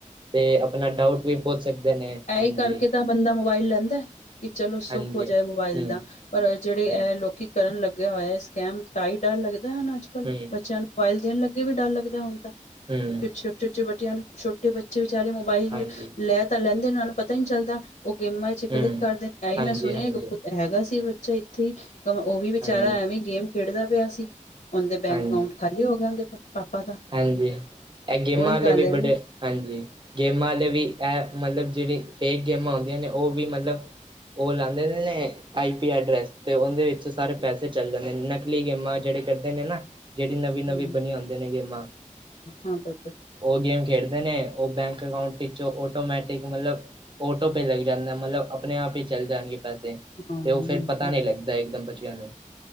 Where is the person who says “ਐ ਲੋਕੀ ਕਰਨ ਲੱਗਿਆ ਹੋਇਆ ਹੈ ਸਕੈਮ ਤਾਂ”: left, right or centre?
Left